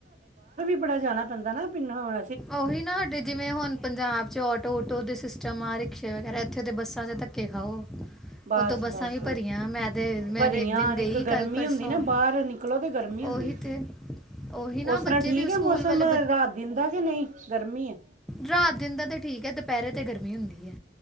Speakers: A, on the right; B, in the centre.
A: ਥੋੜਾ ਜਾਣਾ ਪੈਂਦਾ ਨਾ ਪਿੰਡਾਂ ਵਲ
B: ਉਹੀ ਨਾ ਸਾਡੇ ਜਿਵੇਂ ਹੁਣ ਪੰਜਾਬ ਚ ਔਟੋ-ਔਟੋ ਦੇ ਸਿਸਟਮ ਆ ਰਹੇ ਰਿਕਸ਼ੇ ਵਗੈਰਾ ਇੱਥੇ ਤੇ ਬੱਸਾਂ ਚ ਧੱਕੇ ਖਾਓ।
A: ਬਸ-ਬਸ
B: ਉਦੋਂ ਬੱਸਾਂ ਵੀ ਭਰੀਆਂ ਮੈਂ ਤੇ ਮੇਰੇ
A: ਭਰੀਆਂ
B: ਦਿਨ ਗਈ
A: ਇੱਕ ਗਰਮੀ
B: ਕੱਲ ਪਰਸੋਂ
A: ਹੁੰਦੀ ਨਾ ਬਾਹਰ ਨਿਕਲੋ ਤੇ ਗਰਮੀ ਹੁੰਦੀ
B: ਉਹੀ ਤੇ ਉਹੀ ਨਾ
A: ਉਸ
B: ਬੱਚੇ
A: ਤਰ੍ਹਾਂ ਠੀਕ
B: ਵੀ ਸਕੂਲ
A: ਹੈ ਮੌਸਮ
B: ਵਾਲੇ
A: ਰਾਤ-ਦਿਨ ਦਾ ਕਿ ਨਹੀ, ਗਰਮੀ ਏ
B: ਰਾਤ-ਦਿਨ ਦਾ ਤੇ ਠੀਕ ਹੈ, ਦੁਪਹਿਰੇ ਤੇ ਗਰਮੀ ਹੁੰਦੀ ਹੈ।